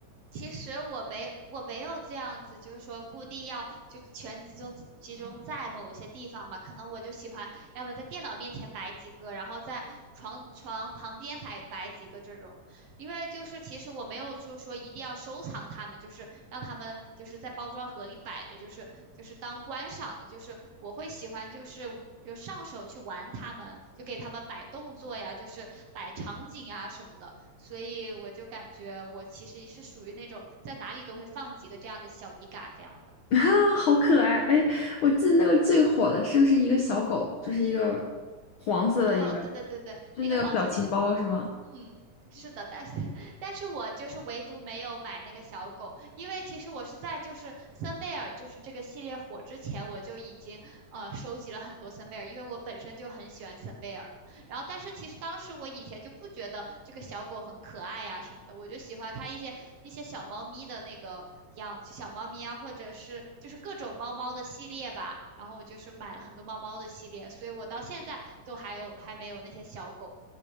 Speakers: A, on the right (about 60°); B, on the left (about 70°).
A: 其实我没我没有这样子，就是说固定要就全集中集中在某些地方嘛，可能我就喜欢要么在电脑面前摆几个，然后在床床旁边摆摆几个这种，因为就是其实我没有就是说一定要收藏它们，就是让它们就是在包装盒里摆着，就是就是当观赏的，就是我会喜欢就是。就上手去玩它们，就给它们摆动作呀，就是摆场景啊什么的。所以我就感觉我其实是属于那种在哪里都会放几个这样的小笔杆这样的。
B: <laughs> 啊，好可爱！哎，我记得那个最火的是不是一个小狗，就是一个黄色的一个，
A: 哦，对对对对，
B: 就那个表情包是吗？
A: 那个黄色小嗯，是的，但是 <laughs> 但是我就是唯独没有买那个小狗，因为其实我是在就是森贝尔就是这个系列火之前，我就已经呃收集了很多森贝尔，因为我本身就很喜欢森贝尔嘛。然后，但是其实当时我以前就不觉得这个小狗很可爱呀、什么的，我就喜欢它一些一些小猫咪的那个样子，就小猫咪啊，或者是就是各种猫猫的系列吧。然后我就是买了很多猫猫的系列，所以我到现在都还有还没有那些小狗。